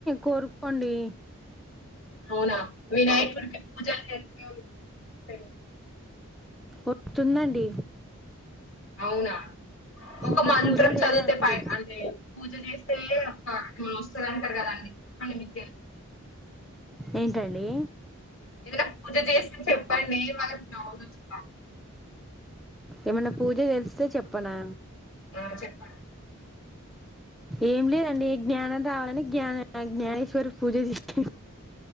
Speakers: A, in the centre; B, on the left.
A: కోరుకోండి
B: అవునా! వినాయకుడికి పూజలు చేస్తూనే ఉంటారండి.
A: వస్తుందండి
B: అవునా. ఒక
A: మీరు
B: మంత్రం
A: పూజ చేయరా
B: చదివితే
A: అండి
B: పై అంటే పూజ చేస్తే అబ్బా వస్తది అంటారు. గాద నిత్యా సే
A: ఏంటండి
B: ఎద పూజ చేసి చెప్పండి వానకి జవున వచ్చి
A: ఏమన్నా పూజ తెలిస్తే చెప్పనా
B: ఆ చెప్పండి
A: ఏం లేదండి జ్ఞానం రావాలనే జ్ఞా జ్ఞానేశ్వరి పూజ చెత్తే